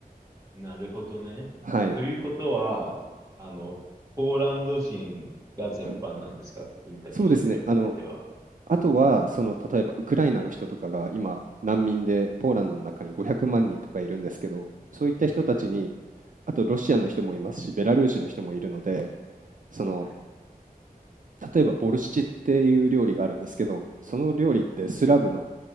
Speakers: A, on the right; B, on the right.
A: なるほどね。
B: はい。
A: ということは、あの、ポーランド人が全般なんですかインタビューしてる相手は。
B: はい、そうですね。あの、あとは、その、例えばウクライナの人とかが今、難民でポーランドの中に500万人とかいるんですけど、そういった人たちに、
A: はい、
B: あとロシアの人もいますし、ベラルーシの人もいるので、その、
A: はい、
B: 例えばボルシチっていう料理があるんですけど、その料理ってスラブの